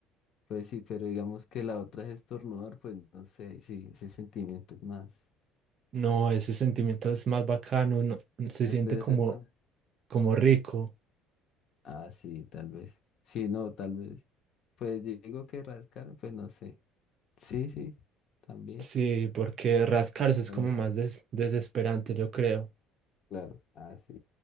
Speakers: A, on the left (about 45°); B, on the right (about 40°).
A: pues sí, pero digamos que la otra es estornudar, pues no sé, ahí sí, ese sentimiento es más,
B: No, ese sentimiento es más bacano. uno se
A: es,
B: siente
A: debe
B: como,
A: ser más.
B: como rico.
A: Ah, sí, tal vez. Sí, no, tal vez. Pues yo digo que rascar, pues no sé. Sí, sí, también.
B: Sí, porque rascarse es
A: Vale,
B: como más des- desesperante, yo creo.
A: claro. Ah, sí,